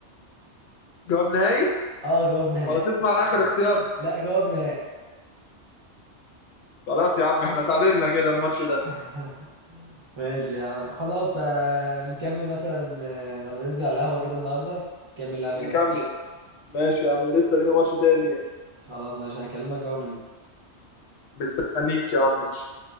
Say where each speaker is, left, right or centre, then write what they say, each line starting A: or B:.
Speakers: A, on the left; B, on the right.
A: جواب نهائي
B: اه جواب نهائي
A: ولا تسمع آخر اختيار
B: لا جواب نهائي
A: خلاص يا عم احنا تعادلنا كده الماتش ده
B: <laughs> ماشي يا عم خلاص آه، نكمل مثلا آه، لما ننزل على القهوة كده النهاردة نكمل لعبة
A: نكمل
B: هناك
A: ماشي يا عم لسه لينا ماتش تاني
B: خلاص ماشي هكلمك بقى وننزل
A: مستنيك يا عم ماشي